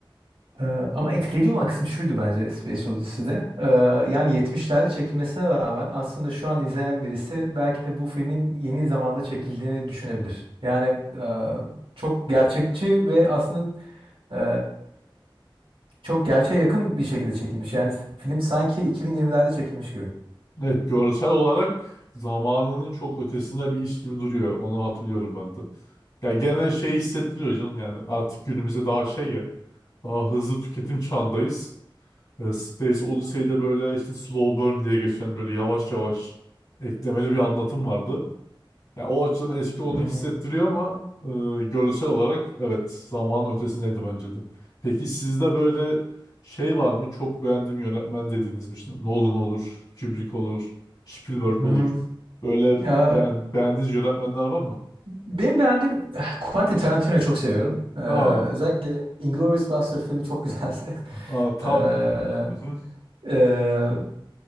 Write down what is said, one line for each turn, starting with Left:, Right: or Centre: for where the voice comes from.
Right: Ee, ama etkileyici olan kısım şuydu bence Space Odyssey'de. Ee, yani yetmişlerde çekilmesine rağmen aslında şu an izleyen birisi belki de bu filmin yeni zamanda çekildiğini düşünebilir. Yani e, çok gerçekçi ve aslında e, çok gerçeğe yakın bir şekilde çekilmiş. Yani film sanki 2020'lerde çekilmiş gibi.
Left: Evet, görsel olarak zamanının çok ötesinde bir iş gibi duruyor. Onu hatırlıyorum ben de. Ya gene şey hissettiriyor canım yani artık günümüzde daha şey ya daha hızlı tüketim çağındayız. Ee, Space Odyssey'de böyle işte slow burn diye geçen böyle yavaş yavaş eklemeli bir anlatım vardı. Ya o açıdan eski olduğunu
Right: Hı hı.
Left: hissettiriyor ama e, görsel olarak evet zamanın ötesindeydi bence de. Peki sizde böyle şey var mı? Çok beğendiğim yönetmen dediğiniz bir şey. Nolan olur, Kubrick olur, Spielberg
Right: Hı
Left: olur.
Right: hı.
Left: Böyle
Right: Ee,
Left: beğen- beğendiğiniz yönetmenler var mı?
Right: benim beğendiğim eh, Quentin Tarantino'yu çok seviyorum. Ee, özellikle
Left: Aa,
Right: Inglourious Basterds filmi çok güzeldi.
Left: aa tam.
Right: <laughs>
Left: Hı hı.
Right: Ee,